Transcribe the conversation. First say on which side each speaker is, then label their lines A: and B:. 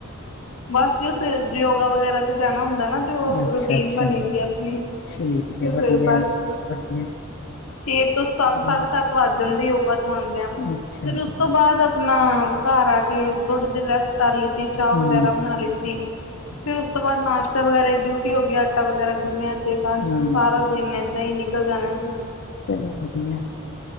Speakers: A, on the left; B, on the left.
A: ਬਸ ਜੀ ਸਵੇਰੇ ਯੋਗਾ ਵਗੈਰਾ ਤੇ ਜਾਣਾ ਹੁੰਦਾ ਨਾ। ਤੇ ਉਹ
B: ਅੱਛਾ
A: ਰੂਟੀਨ
B: ਅੱਛਾ
A: ਬਣੀ ਦੀ ਆਪਣੀ,
B: ਠੀਕ
A: ਤੇ
B: ਹੈ ਵਧੀਆ
A: ਫਿਰ ਬਸ।
B: ਵਧੀਆ
A: ਛੇ ਤੋਂ ਸੱਤ
B: ਹਾਂ
A: -ਸਾਢੇ ਸੱਤ ਵੱਜ ਜਾਂਦੇ ਯੋਗਾ ਤੋਂ ਆਂਦਿਆ।
B: ਅੱਛਾ
A: ਫਿਰ
B: ਅੱਛਾ
A: ਉਸ ਤੋਂ ਬਾਦ ਨਾ, ਘਰ ਆ ਕੇ ਥੋੜੀ ਦੇਰ ਰੈਸਟ ਕਰ ਲਿੱਤੀ, ਚਾਹ
B: ਹਮ
A: ਵਗੈਰਾ, ਨਾ ਲਿੱਤੀ, ਫਿਰ ਉਸ ਤੋਂ ਬਾਅਦ ਨਾਸ਼ਤਾ ਵਗੈਰਾ ਡਿਊਟੀ ਹੋ ਗਈ, ਆਟਾ ਵਗੈਰਾ ਗੁੰਨਿਆ। ਤੇ ਬਸ,
B: ਹਮ
A: ਸਾਰਾ ਦਿਨ ਏਦਾਂ ਹੀ ਨਿਕਲ ਜਾਣਾ ਜੀ।
B: ਚਲੋ ਵਧੀਆ।